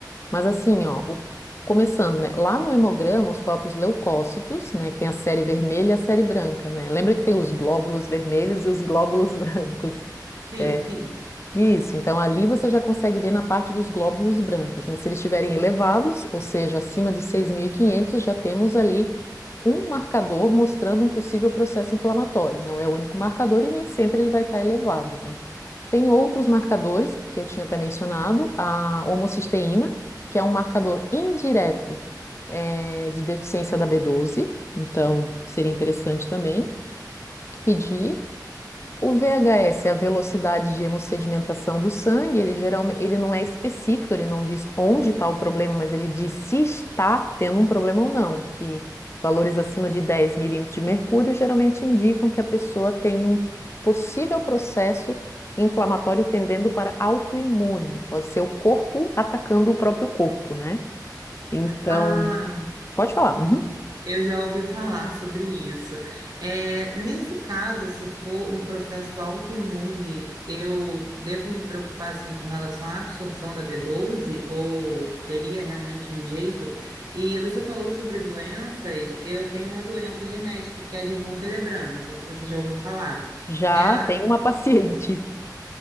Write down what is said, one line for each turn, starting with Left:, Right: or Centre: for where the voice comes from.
Left: Mas assim, ó, o- começando, né? Lá no hemograma, os próprios leucócitos, né? Que tem a série vermelha e a série branca, né? Lembra que tem os glóbulos vermelhos e os glóbulos <laughs> brancos.
Right: Sim,
Left: É,
Right: sim.
Left: isso, então ali você já consegue ver na parte dos glóbulos brancos, né? Se eles estiverem elevados, ou seja, acima de 6.500, já temos ali um marcador mostrando um possível processo inflamatório. Não é o único marcador e nem sempre ele vai estar elevado, né? Tem outros marcadores que eu tinha até mencionado, a homocisteína, que é um marcador indireto eh, de deficiência da B12, então seria interessante também pedir. O VHS é a velocidade de hemossedimentação do sangue. Ele geralmente, ele não é específico, ele não diz onde está o problema, mas ele diz se está tendo um problema ou não. Que valores acima de 10 milímetros de mercúrio geralmente indicam que a pessoa tem um possível processo inflamatório tendendo para autoimune. Pode ser o corpo atacando o próprio corpo, né? Então,
Right: Ah.
Left: pode falar.
Right: Eu
Left: Uhum.
Right: eu já ouvi falar sobre isso. É, nesse caso, se for um processo autoimune, eu devo me preocupar assim com relação à absorção da b doze ou teria realmente um jeito? E você falou sobre doenças. Eu tenho uma doença genética que é a de von Willebrand. Não sei se você já ouviu falar.
Left: Já
Right: Ela,
Left: tem uma <laughs> paciente.